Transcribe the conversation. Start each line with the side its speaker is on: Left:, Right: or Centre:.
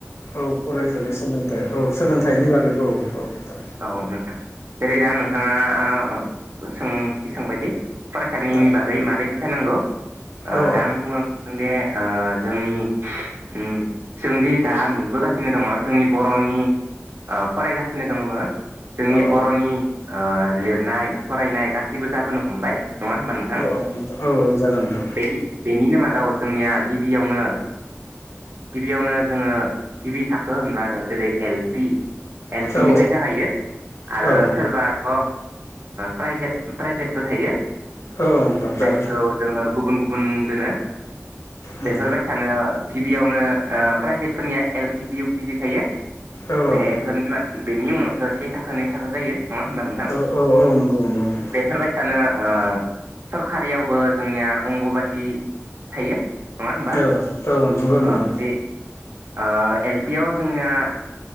Left: औ फरायसालि सोलोंथाइ औ सोलोंथाइनि बागैबो औ। औ नोंथां
Right: औ नोंथां जेरै दा नोंथाङा सोंथि सोंबायदि फरायसालिनि
Left: औ
Right: बागै मारै जानांगौ
Left: औ
Right: दा आं बुंलां सानदों दे जोंनि ओम जोंदि दा नुबोगासिनो दङ जोंनि बर'नि फराय दङ जोंनि
Left: औ औ
Right: बर'नि लिरनाय फरायनाय गासैबो जाबोनो हमबाय। नङा होमबा नोंथां
Left: औ औ नोंथां औ औ जादों नोंथां
Right: बेनि बेनिनो मादाव जोंनिया गिबियावनो गिबियावनो जोङो गिबि थाखो होनब्ला जेरै एल एल पि
Left: औ
Right: निफ्राय जागायो आरो
Left: औ
Right: सोरबाथ' प्राइभेट प्राइभेटबो थायो।
Left: औ औ।
Right: जायखौ जोङो गुबुन गुबुन मुं दोनो
Left: औ
Right: बेफोरबायसानो। गिबियावनो प्राइभेटफोरनिया एल केजि इउ किजि थायो
Left: औ
Right: बेफोरनि बेनि उनावसो से थाखो नै थाखो जायो नङा होनबा नोंथां
Left: औ औ नंगौ नंगौ
Right: बेफोरबायदिसानो। ओ सरखारियावबो जोंनिया अंग'बादि थायो। नङा होमबा
Left: औ औ नंगौ नंगौ
Right: अ बे ओ एल-पि आव जोंनिया